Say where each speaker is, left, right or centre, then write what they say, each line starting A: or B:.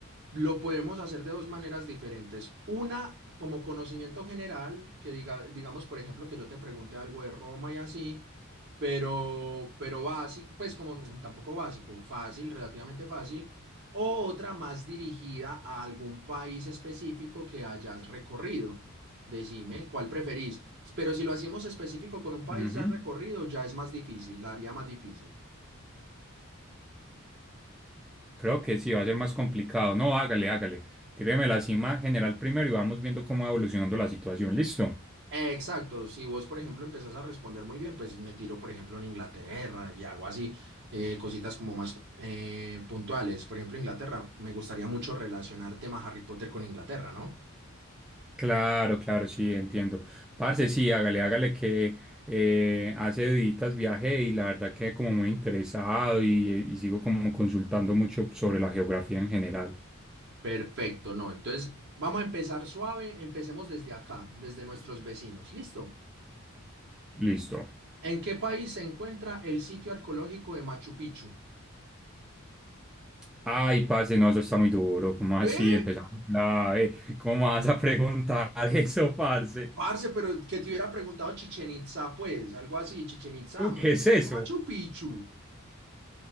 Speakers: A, on the right; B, in the centre.
A: lo podemos hacer de dos maneras diferentes. Una, como conocimiento general, que diga, digamos, por ejemplo, que yo te pregunte algo de Roma y así, pero, pero básico, pues como tampoco básico, fácil, relativamente fácil, o otra más dirigida a algún país específico que hayas recorrido. Decime cuál preferís. Pero si lo hacemos específico con un país
B: Ujú,
A: ya recorrido, ya es más difícil, la haría más difícil.
B: Creo que sí, va a ser más complicado. No, hágale, hágale. Tíreme la cima general primero y vamos viendo cómo va evolucionando la situación. ¿Listo?
A: Exacto, si vos, por ejemplo, empezás a responder muy bien, pues me tiro, por ejemplo, en Inglaterra y hago así eh, cositas como más eh, puntuales. Por ejemplo, Inglaterra, me gustaría mucho relacionar tema Harry Potter con Inglaterra, ¿no?
B: Claro, claro, sí, entiendo. Parce, sí, hágale, hágale que eh, hace deditas viajé y la verdad que como muy interesado y, y sigo como consultando mucho sobre la geografía en general.
A: Perfecto, no. Entonces, vamos a empezar suave. Empecemos desde acá, desde nuestros vecinos. ¿Listo?
B: Listo.
A: ¿En qué país se encuentra el sitio arqueológico de Machu Picchu?
B: Ay, parce, no, eso está muy duro. ¿Cómo así?
A: ¿Eh?
B: Empezamos grave. ¿Cómo vas a preguntar <laughs> eso, parce?
A: Parce, pero que te hubiera preguntado Chichen Itza, pues, algo así, Chichen Itza,
B: ¿Tú
A: México,
B: qué es eso?
A: Machu Picchu.